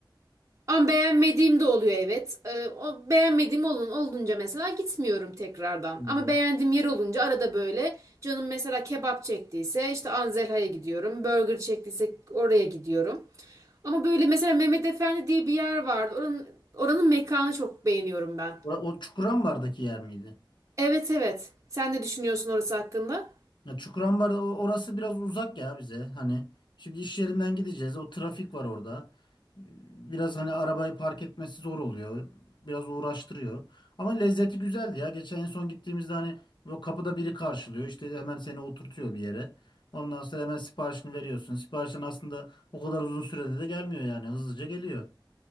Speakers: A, on the right; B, on the left.
A: Ama beğenmediğim de oluyor evet. Ee, o beğenmediğim olun, olunca mesela gitmiyorum tekrardan.
B: Hı.
A: Ama beğendiğim yer olunca arada böyle canım mesela kebap çektiyse işte Anzelha'ya gidiyorum. Burger çektiyse oraya gidiyorum. Ama böyle mesela Mehmet Efendi diye bir yer vardı. Oranın, oranın mekanı çok beğeniyorum ben.
B: O, o Çukurambar'daki yer miydi?
A: Evet evet. Sen ne düşünüyorsun orası hakkında?
B: Ya Çukurambar o- orası biraz uzak ya bize. Hani şimdi iş yerinden gideceğiz. O trafik var orada. Biraz hani arabayı park etmesi zor oluyor. Biraz uğraştırıyor. Ama lezzeti güzeldi ya. Geçen en son gittiğimizde hani o kapıda biri karşılıyor. İşte hemen seni oturtuyor bir yere. Ondan sonra hemen siparişini veriyorsun. Siparişin aslında o kadar uzun sürede de gelmiyor yani. Hızlıca geliyor.